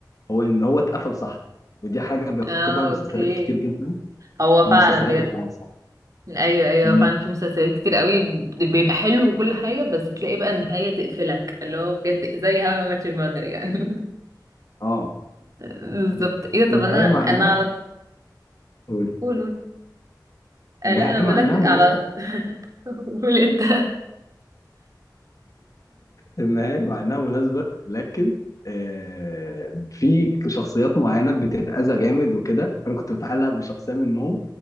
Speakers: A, on the left; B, on the right.
A: هو ان هو اتقفل صح ودي حاجه بيفتقدها
B: اه
A: مسلسلات
B: اوكي
A: كتير جدا
B: هو
A: المسلسلات
B: فعلا بجد
A: الكويسه
B: ايوه ايوه
A: امم
B: فعلا في مسلسلات كتير قوي بيبقى حلو وكل حاجه بس تلاقي بقى النهايه تقفلك اللي هو بجد زي هاو I Met Your Mother يعني
A: اه
B: بالظبط
A: بس
B: ايه ده طب
A: النهايه
B: انا
A: مع
B: انا
A: انها
B: على
A: قولي
B: قول قول آه
A: النهايه
B: لا انا بقول
A: مع
B: لك
A: انها مناسبه
B: على <laughs> قول انت
A: النهايه مع انها مناسبه لكن آه، في شخصيات معينه بتتاذى جامد وكده انا كنت متعلق بشخصيه منهم